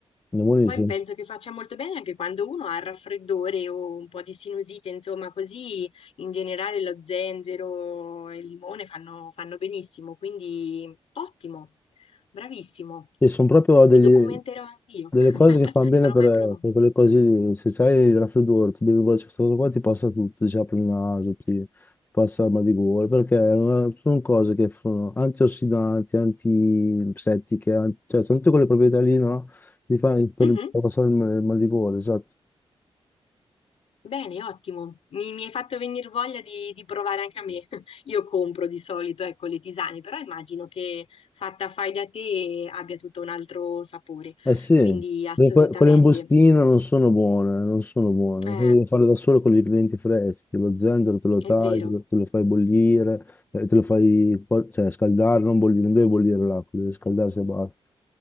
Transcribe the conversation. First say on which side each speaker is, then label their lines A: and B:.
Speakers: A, on the left; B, on the left.
A: È buonissimo.
B: Poi penso
A: sì.
B: che faccia molto bene anche quando uno ha il raffreddore o un po' di sinusite, insomma, così in generale lo zenzero e il limone fanno, fanno benissimo, quindi ottimo, bravissimo.
A: Sì, sono proprio
B: Mi
A: degli-
B: documenterò anche io,
A: delle
B: <laughs>
A: cose che fanno bene
B: non l'ho
A: per,
B: mai provato.
A: per quelle cose lì. Se sai il raffreddore, tu bevi questa cosa qua, ti passa tutto, ti apre il naso, ti, ti passa il mal di gola, perché è una- sono cose che sono antiossidanti, antiseptiche, an- cioè sono tutte quelle proprietà lì, no? Ti fa per,
B: Mhm,
A: per passare il mal il mal di gola, esatto.
B: Bene, ottimo. Mi, mi hai fatto venire voglia di, di provare anche a me. <laughs> Io compro di solito, ecco, le tisane, però immagino che fatta fai da te abbia tutto un altro sapore,
A: Eh sì,
B: quindi assolutamente.
A: perché que- quelle in bustino non sono buone, eh, non sono buone.
B: Eh,
A: Quindi devi farle da solo con gli ingredienti freschi, lo zenzero te lo
B: È
A: tagli,
B: vero.
A: te lo te lo fai bollire, eh, te lo fai co- cioè, scaldare, non bollire, non deve bollire l'acqua, deve scaldarsi a basta,